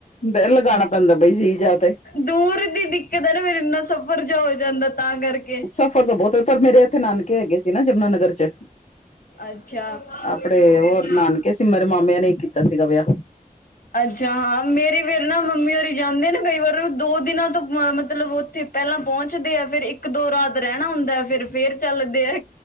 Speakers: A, on the left; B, on the left.
A: ਦਿਲ ਲਗਾਣਾ ਪੈਂਦਾ ਬਈ ਜੀਅ ਜਾ ਤੇ
B: ਦੂਰ ਦੀ ਦਿੱਕਤ ਏ ਨਾ ਫੇਰ ਇੰਨਾ ਸਫ਼ਰ ਜਾ ਹੋ ਜਾਂਦਾ ਤਾਂ ਕਰਕੇ।
A: ਸਫ਼ਰ ਤਾਂ ਬਹੁਤ ਏ ਪਰ ਮੇਰੇ ਇੱਥੇ ਨਾਨਕੇ ਹੈਗੇ ਸੀ ਨਾ ਯਮਨਾਨਗਰ। ਚ,
B: ਅੱਛਾ
A: ਆਪਣੇ ਹੋਰ ਨਾਨਕ ਕੇ ਸੀ ਮੇਰੇ ਮਾਮਿਆਂ ਨੇ ਹੀ ਕੀਤਾ ਸੀਗਾ ਵਿਆਹ
B: ਅੱਛਾ ਹਾਂ ਮੇਰੀ ਫੇਰ ਨਾ ਮੰਮੀ ਹੋਰੀ ਜਾਂਦੇ ਨਾ ਕਈ ਵਾਰ ਦੋ ਦਿਨਾਂ ਤੋਂ ਮ ਮਤਲਬ ਉੱਥੇ ਪੈਲਾ ਪਹੁੰਚਦੇ ਆ ਫੇਰ ਇੱਕ-ਦੋ ਰਾਤ ਰੈਣਾ ਹੁੰਦਾ ਹੈ ਫੇਰ-ਫੇਰ ਚੱਲਦੇ ਆ।